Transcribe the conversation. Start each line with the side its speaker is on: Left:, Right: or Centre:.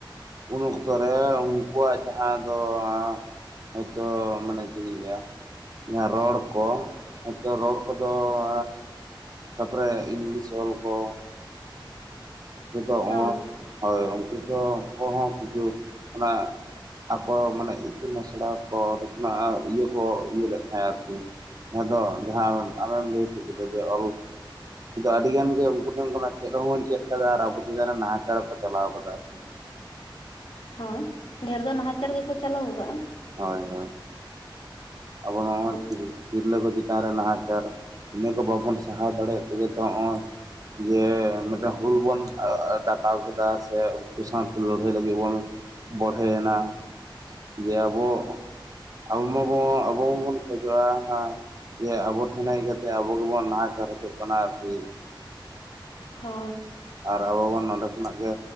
Right: ᱩᱱ ᱚᱠᱛᱚ ᱨᱮ ᱩᱱᱠᱩᱣᱟᱜ ᱡᱟᱦᱟᱸ ᱫᱚ ᱮᱼᱼ ᱦᱳᱭᱛᱚ ᱢᱟᱱᱮ ᱪᱮᱫ ᱞᱤᱧ ᱞᱟᱹᱭᱼᱟ, ᱡᱟᱦᱟᱸ ᱨᱚᱲ ᱠᱚ ᱦᱭᱛᱳ ᱨᱚᱲ ᱠᱚᱫᱚ ᱚᱼᱼ ᱛᱟᱯᱚᱨᱮ ᱤᱝᱞᱤᱥ ᱚᱞ ᱠᱚᱼᱼ ᱱᱤᱛᱚᱜ
Left: ᱦᱳᱭ
Right: ᱦᱸ ᱦᱭ ᱩᱱᱠᱩ ᱠᱚ ᱠᱚᱦᱚᱸ ᱠᱤᱪᱷᱩ ᱚᱱᱟ ᱟᱠᱚ ᱢᱟᱱᱮ ᱤᱛᱩᱱ ᱟᱥᱲᱟ ᱠᱚ ᱚᱸᱰᱮ ᱠᱷᱚᱱᱟᱜ ᱤᱭᱟᱹ ᱠᱚ ᱤᱭᱟᱹ ᱞᱮᱫ ᱛᱟᱦᱮᱸᱜ-ᱟ ᱟᱨᱠᱤ ᱡᱟᱦᱟᱸ ᱫᱚ ᱡᱟᱦᱟᱸ ᱟᱢᱮᱢ ᱞᱟᱹᱭ ᱦᱚᱪᱚ ᱠᱮᱫᱟ ᱡᱮ ᱚᱞ ᱟᱹᱰᱤ ᱜᱟᱱᱜᱮ ᱩᱱᱠᱩ ᱴᱷᱮᱱ ᱠᱷᱚᱱᱟᱜᱼᱼ ᱪᱮᱫ ᱦᱚᱸᱵᱚᱱ ᱪᱮᱫ ᱠᱟᱫᱟ ᱟᱨ ᱟᱵᱚ ᱪᱮᱛᱟᱱ ᱨᱮ ᱱᱟᱦᱟᱪᱟᱨ ᱠᱚ ᱪᱟᱞᱟᱣ ᱠᱟᱫᱟ ᱟᱨᱠᱤ᱾
Left: ᱦᱳᱭ ᱰᱷᱮᱨ ᱫᱚ ᱱᱟᱦᱟᱪᱟᱨ ᱜᱮᱠᱚ ᱪᱟᱹᱞᱟᱩ ᱟᱠᱟᱜᱼᱟ
Right: ᱦᱳᱭ ᱦᱳᱭ᱾ ᱟᱵᱚ ᱱᱚᱣᱟ
Left: ᱦᱳᱭ
Right: ᱡᱤᱞ ᱛᱤᱨᱞᱟᱹ ᱠᱚ ᱪᱮᱛᱟᱱ ᱨᱮ ᱱᱟᱦᱟᱪᱟᱨ ᱤᱱᱟᱹ ᱠᱚ ᱵᱟᱵᱚᱱ ᱥᱟᱦᱟᱣ ᱫᱟᱲᱮᱭᱟᱜ ᱛᱮᱜᱮ ᱛᱚ ᱱᱚᱜᱼᱚᱭ, ᱡᱮ ᱢᱤᱫᱴᱮᱱ ᱦᱩᱞ ᱵᱚᱱ ᱰᱟᱠᱟᱣ ᱠᱮᱫᱟ ᱥᱮ ᱩᱱᱠᱩ ᱥᱟᱶᱛᱮ ᱞᱟᱹᱲᱦᱟᱹᱭ ᱞᱟᱹᱜᱤᱫ ᱵᱚᱱᱼᱼ ᱵᱚᱲᱦᱮᱭᱮᱱᱟ ᱡᱮ ᱟᱵᱚ ᱟᱵᱚ ᱢᱟᱼᱼ ᱦᱚᱸ ᱟᱵᱚ ᱦᱚᱸᱵᱚᱱ ᱠᱷᱚᱡᱚᱜᱼᱟ ᱦᱚᱸ ᱡᱮ ᱟᱵᱚ ᱴᱷᱮᱱ ᱦᱮᱡ ᱠᱟᱛᱮ ᱟᱵᱚ ᱜᱮᱵᱚᱱ ᱱᱟᱦᱟᱪᱟᱨ ᱦᱚᱪᱚᱜ ᱠᱟᱱᱟ ᱟᱨᱠᱤᱼᱼ
Left: ᱦᱳᱭ
Right: ᱟᱨ ᱟᱵᱚ ᱵᱚᱱ ᱱᱚᱸᱰᱮ ᱠᱷᱚᱱᱟᱜ ᱜᱮ